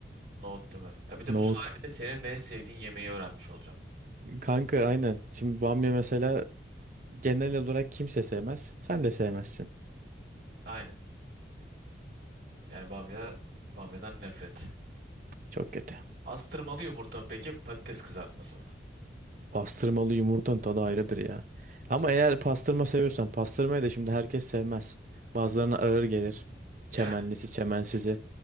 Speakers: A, on the right (about 60°); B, on the right (about 45°).
A: Nohut değil mi? Ya bir de
B: Nohut.
A: bu sayede senin de en sevdiğin yemeği öğrenmiş olacağım.
B: Kanka aynen. Şimdi bamya mesela genel olarak kimse sevmez. Sen de sevmezsin.
A: Aynen. Yani bamya, bamyadan nefret.
B: Çok kötü.
A: Astırmalı yumurta mı peki patates kızartması mı?
B: Pastırmalı yumurtanın tadı ayrıdır ya. Ama eğer pastırma seviyorsan pastırmayı da şimdi herkes sevmez. Bazılarına ağır gelir.
A: Yani
B: Çemenlisi, çemensizi.